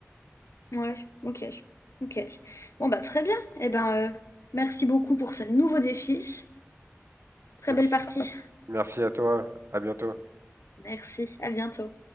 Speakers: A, on the left; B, on the right.
A: Ouais, ok, ok. Bon bah très bien. Eh ben, euh, merci beaucoup pour ce nouveau défi. Très
B: Merci.
A: belle partie.
B: Merci à toi. À bientôt.
A: Merci, à bientôt.